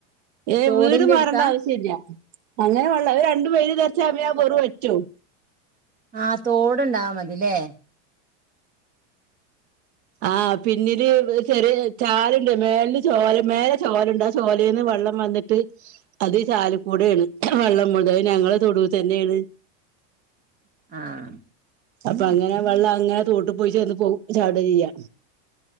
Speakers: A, on the right (about 65°); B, on the right (about 25°).
A: ഏയ്
B: തോടിന്റെ
A: വീട് മാറേണ്ട
B: അടുത്താ
A: ആവശ്യല്ല്യ അങ്ങനെ വെള്ള അയ് രണ്ടു വെയില് തെറിച്ച പിന്നെ ആ ഒറു വറ്റും
B: ആഹ് തോടുണ്ടായമതില്ലേ
A: ആഹ് പിന്നില് ചെറിയ ചാല്ണ്ട് മേലെന്ന് ചോല മേലെ ചോലണ്ട് ആ ചോലെന്ന് വെള്ളം വന്നിട്ട് അതീ ചാലീക്കൂടെണ് വെള്ളം മുയുവൻ അയ് ഞങ്ങളെ തൊടു തന്നെണ്
B: ആഹ്
A: അപ്പങ്ങനെ വെള്ളങ്ങനെ തോട്ട് പോയി ച്ചെന്ന് പോ ചാട ചെയ്യാ